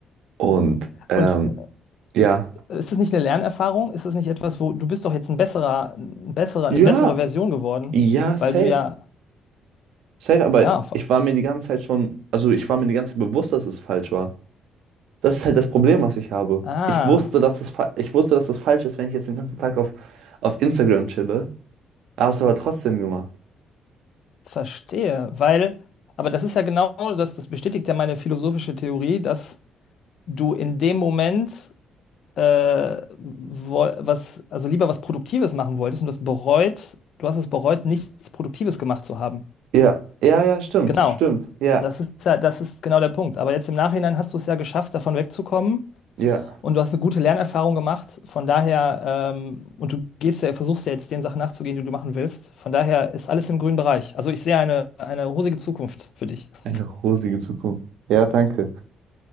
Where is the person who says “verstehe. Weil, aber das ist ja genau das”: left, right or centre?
Left